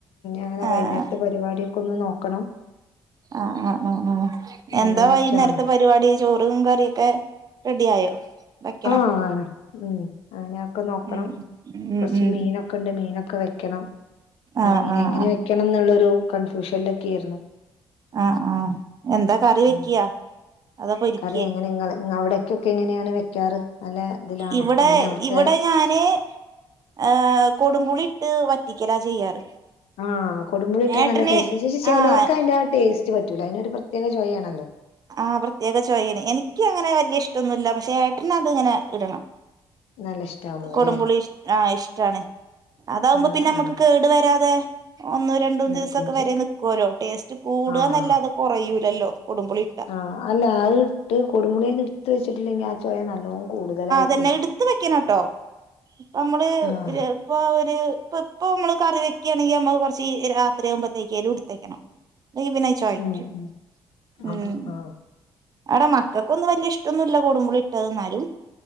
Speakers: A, on the left (about 75°); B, on the right (about 40°).
A: അങ്ങനെ
B: ആഹ്
A: വൈനേരത്തെ പരിപാടിയൊക്കെ ഒന്ന് നോ ക്കണം
B: ആഹ് ആഹ് ആഹ് ആഹ് എന്താ
A: അങ്ങനെയൊക്കെയാണ്
B: വൈകുന്നേരത്തെ പര് രുവാടി ചോറും കറിയൊക്കെ റെഡി ആയോ വെക്കണം
A: ആഹ് ഉം ഉ അങ്ങനെ ക്കെ നോക്കണം
B: ഉം ഉം
A: കുറച്ച്
B: ഉം
A: മീനൊക്കെ ഉണ്ട് മീനൊക്കെ വെക്കണം എഹ്
B: ആഹ്
A: മീന്
B: ആഹ്
A: എങ്ങനെ
B: ആഹ്
A: ക്ക്യണംന്നുള്ളരു കൺഫ്യൂഷനിലൊക്കെ ആയിരുന്നു
B: ആഹ് ആഹ് എന്താ കറി വെക്ക്യാ
A: ഉം.
B: അതൊ പൊരിക്കേ
A: കറി എങ്ങനെ നിങ്ങള് അവിടക്കൊക്കെ എങ്ങനെയാണ് വെക്കാറ് നല്ല ഇതിലാണോ
B: ഇവിടെ
A: എങ്ങനെ അവിടുത്തെ
B: ഇവിടെ ഞാന് ഏഹ് കൊടുമ്പുളി ഇട്ട് വറ്റിക്കല ചെയ്യാറ്
A: ആഹ് കൊടുമ്പുളിട്ടാ
B: ഏട്ടന്
A: നല്ല ടസ് ഷേ ചെലോർക്ക്
B: ആഹ്
A: അയ്ന്റെ ടേസ്റ്റ് പറ്റൂല അതിനൊരു പ്രത്യേക ചോയയാ ആണല്ലോ
B: ആഹ് പ്രത്യേക ചോയേണ് എനിക്ക് അങ്ങനെ വല്യ ഇഷ്ടൊന്നുല്ല പക്ഷെ ഏട്ടന് അത്ങ്ങനെ ഇടണം
A: നല്ല ഇഷ്ടാവും
B: കൊടുപുളി
A: അല്ലെ
B: ആഹ് ഇഷ്ടാണ് അതാവുമ്പോ
A: ആഹ്
B: പിന്നെ നമ്മുക്ക്
A: ആഹ്
B: കേടു വരാതെ ഒന്നും രണ്ടൂന്ന്
A: നിക്കൂല
B: ദിവസംക്കെ വരെ നിക്കോല്ലോ ടേസ്റ്റ് കൂടുഅന്നല്ലാതത്
A: ആഹ്
B: കുറയൂലല്ലോ കൊടുമ്പോളി
A: ആഹ് അല്ല അഹ് ഇട്ട് കൊടുപൂളിയന്ന് എടുത്ത് വെച്ചിട്ടില്ലെങ്കിൽ ആഹ് ചോയ നല്ലോ കൂടുതലായി
B: തന്നെ എടുത്ത് വെക്കണട്ടോ പമ്മള്
A: ആഹ്
B: ഒരു ഇപ്പൊ ഒരു ഇപ്പ ഇപ്പ മ്മള് കറി വെക്കണെങ്കി നമ്മൾ കുറച്ച് രാത്രിയാഉമ്പത്തേക്ക് എലുടുത്തേക്കണം അല്ലെ പിന്നെഹ് ചോയ്കും
A: ഉം ഉം
B: ഉം
A: ആഹ് ആഹ്
B: അടെ മക്കക്കൊന്നും വല്യ ഇഷ്ടൊന്നുല്ല കൂടുമ്പൊളി ഇട്ടത് ന്നാലും